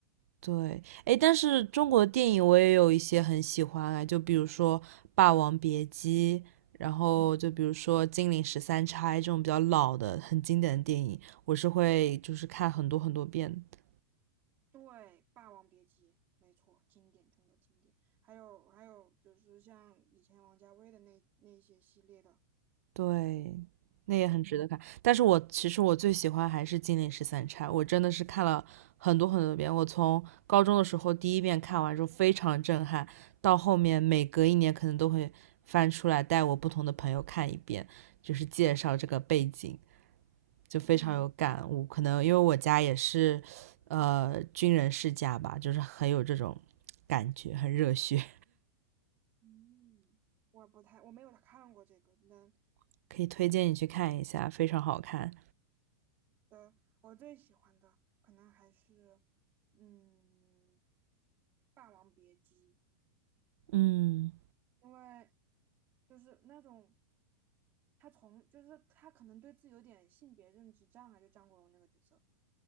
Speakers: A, on the right; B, on the right.
A: 对，哎，但是中国电影我也有一些很喜欢啊，就比如说《霸王别姬》，然后就比如说《金陵十三钗》这种比较老的、很经典的电影，我是会就是看很多很多遍的。
B: 对，《霸王别姬》，没错，经典中的经典。还有还有就是像以前王家卫的那那些系列的，
A: 对，那也很值得看。但是我其实我最喜欢还是《金陵十三钗》，我真的是看了很多很多遍。我从高中的时候第一遍看完之后非常震撼，到后面每隔一年可能都会翻出来带我不同的朋友看一遍，就是介绍这个背景，就非常有感悟。
B: 嗯，
A: 可能因为我家也是，呃，军人世家吧，就是很有这种感觉，很热血，
B: 嗯，我不太，我没有看过这个。那
A: <laughs> 可以推荐你去看一下，非常好看。
B: 呃，我最喜欢的可能还是嗯，《霸王别姬》，
A: 嗯，
B: 因为就是那种他从就是他可能对自己有点性别认知障碍，就张国荣那个角色，